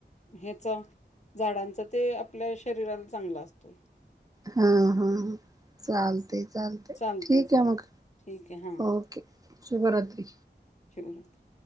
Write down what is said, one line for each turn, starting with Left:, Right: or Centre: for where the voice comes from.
Left: ह्याचा झाडांच ते आपल्या शरीराला चांगला असतोय.
Right: हा हा चालतंय चालतंय
Left: चालतय
Right: ठीक
Left: चालतय
Right: आहे मग,
Left: ठीक आहे हा
Right: ओके शुभरात्री.
Left: सुभरात्र.